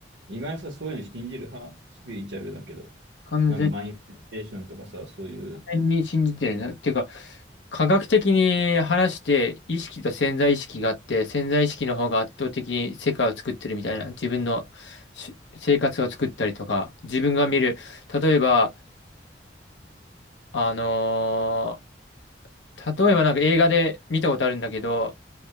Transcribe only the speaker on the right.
意外にさ、そういうの信じる派スピリチュアルだけど。
なんかマインフェステーションとかさ、そういう。